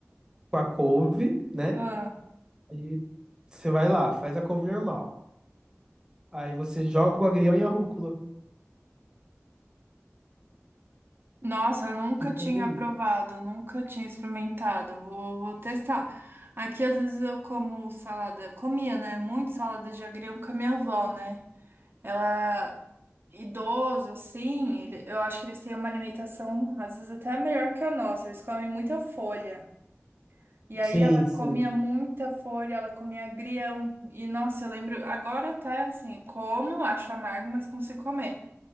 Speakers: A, on the right; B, on the right.
A: com a couve, né?
B: ah.
A: Aí você vai lá, faz a couve normal. Aí você joga o agrião e a rúcula.
B: Nossa, eu nunca
A: Fica
B: tinha
A: uma delícia.
B: provado, nunca tinha experimentado. Vou, vou testar. Aqui, às vezes, eu como salada. Comia, né? Muito salada de agrião com a minha avó, né? Ela é idoso, assim. ele- eu acho que eles têm uma alimentação, às vezes, até melhor que a nossa. Eles comem muita folha. E aí,
A: Sim,
B: ela
A: sim.
B: comia muita folha, ela comia agrião. E, nossa, eu lembro. Agora, até assim, como, acho amargo, mas consigo comer.